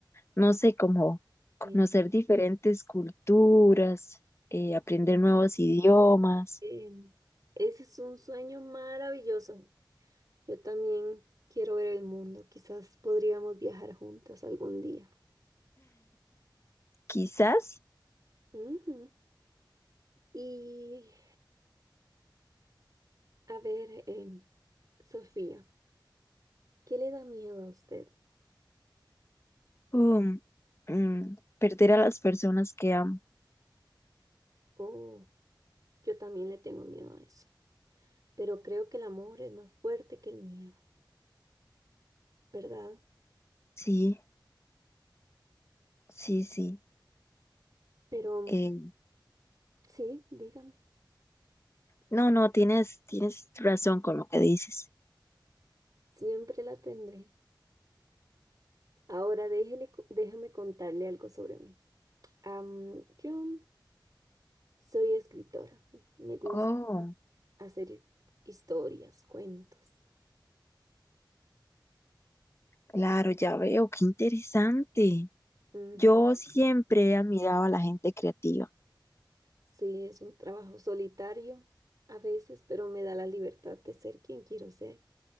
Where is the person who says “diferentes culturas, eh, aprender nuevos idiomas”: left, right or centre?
Left